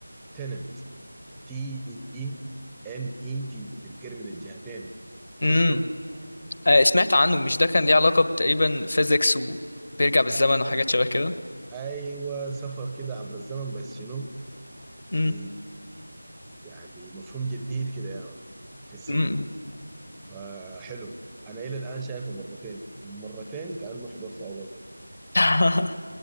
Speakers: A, in the centre; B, on the left (about 40°).
A: تننت تي اي ان اي تي بتجر من الجهتين شفته
B: امم آه، سمعت عنه مش ده كان ليه علاقه تقريبا فيزيكس وبيرجع بالزمن وحاجات
A: ال-
B: شبه كده
A: ايوه سفر كده عبر الزمن بس شنو
B: امم
A: ب يعني مفهوم جديد كده يا مان في السينما
B: امم
A: فحلو انا الى الان شايفه مرتين في المرتين كانه حضرته اول مره
B: <laughs>